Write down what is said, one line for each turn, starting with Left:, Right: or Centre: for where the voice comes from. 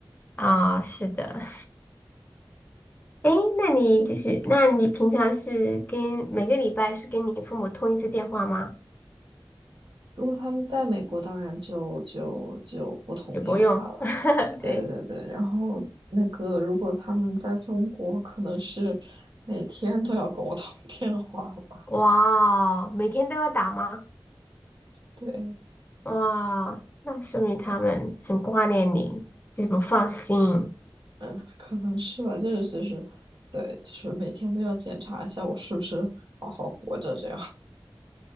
Left: 啊，是的。哎，那你就是那你平常是跟每个礼拜是跟你父母通一次电话吗？
Right: 如果他们在美国，当然就就就不通电话了。
Left: 也不用，<laughs>
Right: 对对对，
Left: 对，
Right: 然后那个如果他们在中国，可能是每天都要跟我通电话了。
Left: 哇，每天都要打吗？
Right: 对，
Left: 哇，那说明他们很挂念你，就是不放心。
Right: 嗯，可能是吧，就是就是，对，就是每天都要检查一下我是不是好好活着这样。<laughs>